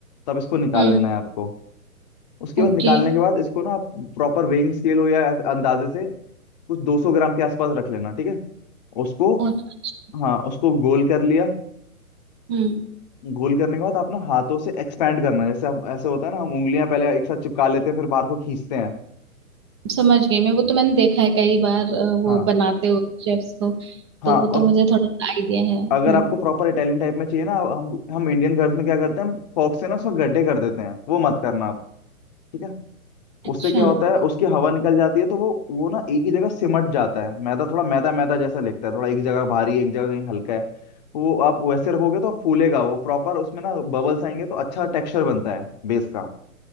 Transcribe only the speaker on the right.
हम्म
ओके
और अच्छा,
हम्म
समझ गई मैं वो तो मैंने देखा है कई बार अ, वो
बनाते हुए शेफ्स को
तो वो तो
मुझे थोड़ा सा आइडिया है हम्म
अच्छा